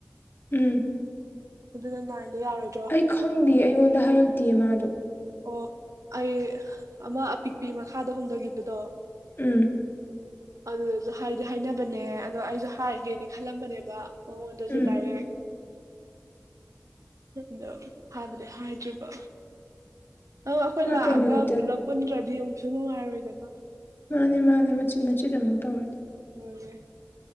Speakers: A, on the left; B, on the right.
A: ꯎꯝ
B: ꯑꯗꯨꯅ ꯅꯥꯏꯗꯣ ꯌꯥꯔꯣꯏ
A: ꯑꯩ ꯈꯪꯗꯦ ꯑꯩꯉꯣꯟꯗ ꯍꯥꯏꯔꯛꯇꯤꯌꯦ ꯃꯥꯗꯣ
B: ꯑꯣ ꯑꯩ ꯑꯃ ꯑꯄꯤꯛꯄꯤ ꯃꯈꯥꯗ ꯍꯣꯡꯗꯒꯤꯕꯗꯣ
A: ꯎꯝ
B: ꯑꯗꯨꯗꯁꯨ ꯍꯥꯏꯗꯤ ꯍꯥꯏꯅꯕꯅꯦ ꯑꯗꯣ ꯑꯩꯖꯨ ꯍꯥꯏꯒꯦꯗꯤ ꯈꯜꯂꯝꯕꯅꯦꯕ ꯃꯉꯣꯟꯗꯖꯨ
A: ꯎꯝ
B: ꯗꯥꯏꯔꯦꯛ ꯑꯗꯣ ꯍꯥꯏꯕꯗꯤ ꯍꯥꯏꯗ꯭ꯔꯤꯕ ꯅꯪ ꯑꯩꯈꯣꯏ
A: ꯃꯥ
B: ꯂꯥꯛꯑꯒ
A: ꯀꯩ ꯅꯨꯃꯤꯠꯇ
B: ꯄꯨꯂꯞ ꯄꯨꯟꯗ꯭ꯔꯗꯤ ꯑꯃꯨꯛꯁꯨ ꯅꯨꯡꯉꯥꯏꯔꯣꯏꯗꯅ
A: ꯃꯥꯅꯦ ꯃꯥꯅꯦ ꯃꯆꯤꯠ ꯃꯆꯤꯠ ꯑꯃꯨꯛ ꯇꯧꯔꯗꯤ
B: ꯑꯝ ꯅꯦ